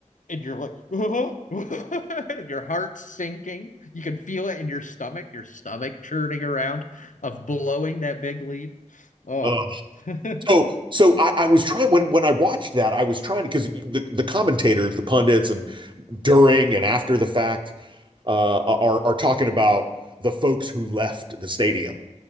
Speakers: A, on the left (about 75°); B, on the right (about 40°).
A: and you're like oh, <laughs> your heart's sinking you can feel it in your stomach your stomach churning around of blowing that big lead oh
B: Uh,
A: <laughs> oh
B: So, so I, I was trying when when I watched that, I was trying to because the the commentators, the pundits, and during and after the fact, uh, are are talking about the folks who left the stadium,